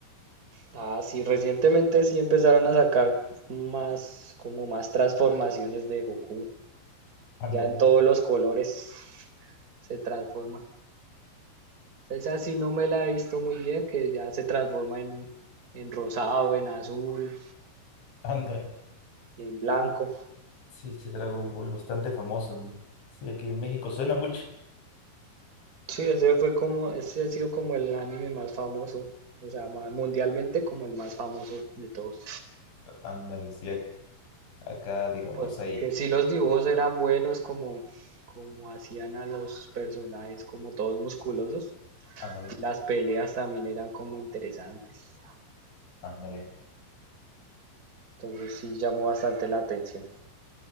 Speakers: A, on the right (about 20°); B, on the left (about 70°).
A: Ah, sí, recientemente sí empezaron a sacar más, como más transformaciones de Goku.
B: Ándale,
A: Ya en todos los colores se transforma. Esa sí no me la he visto muy bien, que ya se transforma en, en rosado, en azul,
B: ándale.
A: en blanco.
B: Sí, sí, Dragon Ball, bastante famoso. ¿no? Sí, aquí en México suena mucho.
A: Sí, ese fue como, ese ha sido como el anime más famoso, o sea, ma- mundialmente como el más famoso de todos.
B: Ándale, sí, ac- acá, digamos,
A: Porque
B: hay.
A: sí los dibujos eran buenos, como, como hacían a los personajes, como todos musculosos.
B: Ándale,
A: las peleas también eran como interesantes.
B: ándale.
A: Entonces sí llamó bastante la atención.